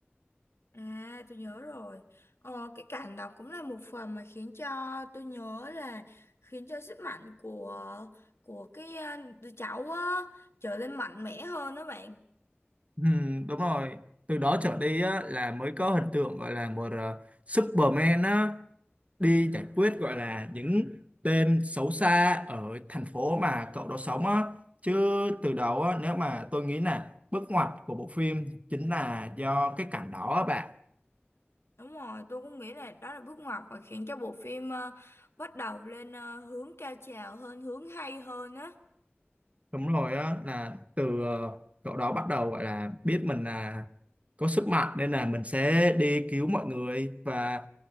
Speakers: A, on the left; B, on the right.
A: à tôi nhớ rồi. Ờ, cái cảnh đó cũng là một phần mà khiến cho tôi nhớ là khiến cho sức mạnh của của cái ờ, đứa cháu á trở nên mạnh mẽ hơn đó bạn.
B: Ừ, đúng rồi từ đó trở đi á, là mới có hình tượng gọi là một ờ, Superman á, đi giải quyết gọi là những tên xấu xa ở thành phố mà cậu đó sống á chứ từ đầu á, nếu mà tôi nghĩ là bước ngoặt của bộ phim chính là do cái cảnh đó á bạn
A: Đúng rồi, tôi cũng nghĩ là đó là bước ngoặt mà khiến cho bộ phim ờ, bắt đầu lên ờ, hướng cao trào hơn, hướng hay hơn á.
B: đúng rồi á là từ ờ, cậu đó bắt đầu gọi là biết mình là có sức mạnh nên là mình sẽ đi cứu mọi người và